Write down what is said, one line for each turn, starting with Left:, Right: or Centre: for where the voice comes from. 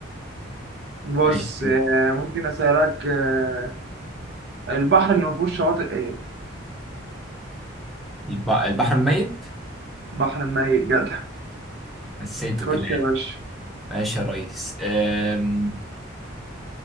Right: <laughs> بص
Centre: ماشي
Right: آه، ممكن اسالك آه، البحر اللي ما فيهوش شواطئ ايه
Centre: الب- البحر الميت
Right: بحر ميت جدع
Centre: حسيته
Right: خش
Centre: كده يعني
Right: يا باشا
Centre: ماشي يا ريس أم...